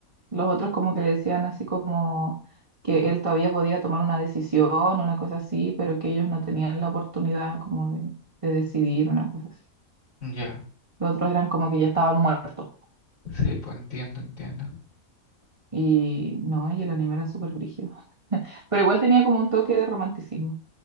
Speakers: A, on the right; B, on the left.
A: Los otros como que le decían así como que él todavía podía tomar una decisión, una cosa así, pero que ellos no tenían la oportunidad como de, de decidir una cosa así.
B: ya,
A: Los otros eran como que ya estaban muertos.
B: sí, pues entiendo, entiendo.
A: Y no, y el anime era súper brígido. Pero igual tenía como un toque de romanticismo.